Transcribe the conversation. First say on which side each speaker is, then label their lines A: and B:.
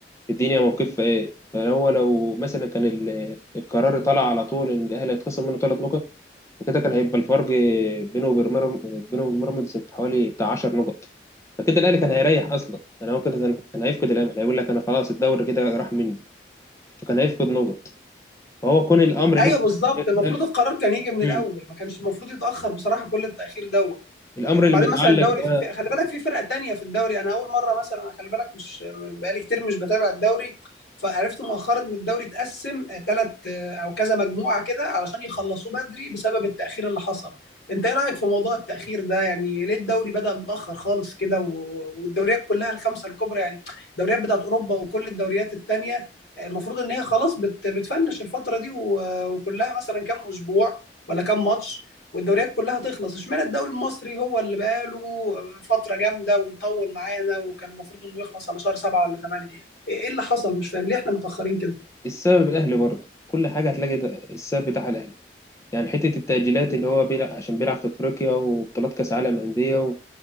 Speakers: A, on the left; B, on the left.
A: الدنيا موقفها ايه فهو لو مثلا كان ال- القرار طلع على طول ان الاهلي هيتخصم منه ثلاث نقط فكده كان هيبقى الفرق بينه وبين بيراميدز بينه وبين بيراميدز حوالي بتاع 10 نقط فكده الاهلي كان هيريح اصلا يعني هو كده كان كان هيفقد الامل هيقول لك انا خلاص الدوري كده راح مني فكان هيفقد نقط فهو كون الامر
B: ايوه
A: لسه
B: بالظبط المفروض
A: ال-
B: القرار كان يجي من الاول
A: مم.
B: ما كانش المفروض يتاخر بصراحه كل التاخير دوت
A: الامر
B: وبعدين
A: اللي متعلق
B: مثلا الدوري
A: ده
B: في في- خلي بالك في فرقة تانية في الدوري انا اول مرة مثلا أنا خلي بالك مش بقالي كتير مش بتابع الدوري فعرفت مؤخرا ان الدوري اتقسم ثلاث او كذا مجموعة كده علشان يخلصوه بدري بسبب التأخير اللي حصل انت ايه رأيك في موضوع التأخير ده يعني ليه الدوري بدأ متأخر خالص كده و- والدوريات كلها الخمسة الكبرى يعني الدوريات بتاعت اوروبا وكل الدوريات التانية المفروض ان هي خلاص بت- بتفنش الفترة دي و- وكلها مثلا كام اسبوع ولا كام ماتش والدوريات كلها تخلص اشمعنى الدوري المصري هو اللي بقاله فترة جامدة ومطول معانا وكان المفروض انه يخلص على شهر سبعة ولا ثمانية ايه إيه اللي حصل مش فاهم ليه احنا متأخرين كده
A: السبب الاهلي برضه كل حاجه هتلاقي ده السبب بتاع الاهلي يعني حته التاجيلات اللي هو بيلعب عشان بيلعب في افريقيا وبطولات كاس عالم انديه